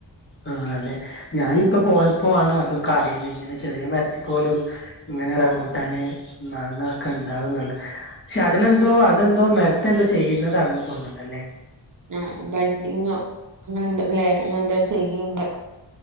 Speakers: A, on the left; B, on the right.
A: ആഹ്‌ അതെ ഞാനിപ്പോ പോയപ്പോ ആണ് അതൊക്ക റീണെ. ഇങ്ങനെ ചെറിയ മരത്തി പോലും ഇങ്ങനെ റമ്പൂട്ടാന് മാങ്ങ ഒക്കെ ഉണ്ടാവുന്നുള്ള പക്ഷെ അതിനെന്തോ അതെന്തോ മരത്തെ എന്തോ ചെയ്യുന്നതാണെന്ന് തോന്നുന്നുണ്ടല്ലേ?
B: ആഹ് ബഡ്ഡിങ്ങോ അങ്ങനെ ന്തോ ലെയറിങ്ങോ ന്തോ ചെയ്യ്ണ്ട്.